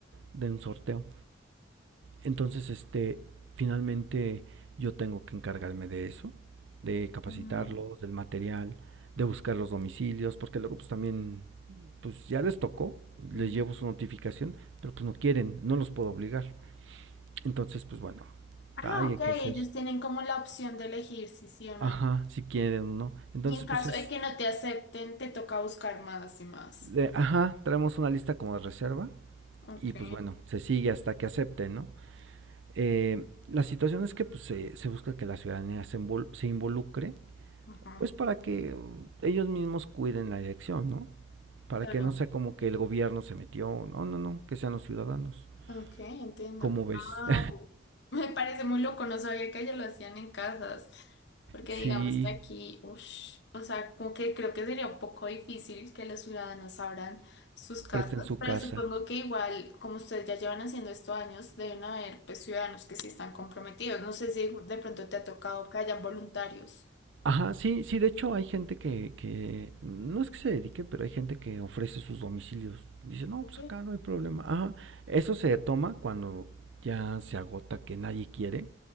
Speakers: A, on the right; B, on the left.
A: de un sorteo. Entonces, este, finalmente yo tengo que encargarme de eso, de capacitarlos,
B: Mm,
A: del material, de buscar los domicilios, porque luego pues también, pues ya les tocó,
B: mm.
A: les llevo su notificación, pero pues no quieren, no los puedo obligar. Entonces, pues bueno,
B: Ah,
A: ay,
B: ok,
A: hay que hacer,
B: ellos tienen como la opción de elegir si sí o no.
A: ajá, si quieren, ¿no? Entonces,
B: Y en caso
A: pues es,
B: de que no te acepten, te toca buscar más y más.
A: de- ajá, traemos una lista como de reserva
B: Ok,
A: y pues bueno, se sigue hasta que acepten, ¿no? Eh, la situación es que pues se, se busca que la ciudadanía se, invol- se involucre,
B: ajá,
A: pues para que uh, ellos mismos cuiden la elección, ¿no? Para
B: claro.
A: que no sea como que el gobierno se metió, no, no, no, que sean los ciudadanos.
B: Ok, entiendo.
A: ¿Cómo ves?
B: Wow.
A: <laughs>
B: <laughs> Me parece muy loco, no sabía que allá lo hacían en casas, porque
A: Sí,
B: digamos que aquí, ush, o sea, como que creo que sería un poco difícil que los ciudadanos abran sus casas,
A: presten su
B: pero
A: casa.
B: supongo que igual, como ustedes ya llevan haciendo esto años, deben haber pues ciudadanos que sí están comprometidos. No sé si de pronto te ha tocado que hayan voluntarios.
A: Ajá, sí, sí, de hecho hay gente que, que no es que se dedique, pero hay gente que ofrece sus domicilios. Dice, no,
B: Ok,
A: pues acá no hay problema. Ajá, eso se toma cuando ya se agota que nadie quiere,